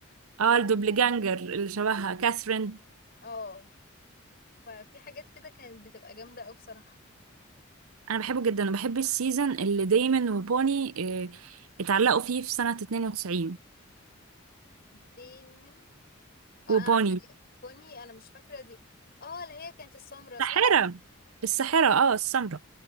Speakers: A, on the right (about 80°); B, on the left (about 50°).
A: اه الدوبلجانجر اللي شبهها كاثرين
B: اه ففي حاجات كده كانت بتبقى جامدة أوي بصراحة
A: انا بحبه جدا وبحب السيزون اللي دايما وبوني آه، اتعلقوا فيه في سنة 92
B: دايما اه
A: وبوني
B: أنا عارفة دي كوني أنا مش فاكرة دي اه اللي هي كانت السمرة
A: الساحرة
B: صح؟
A: الساحرة اه السمراء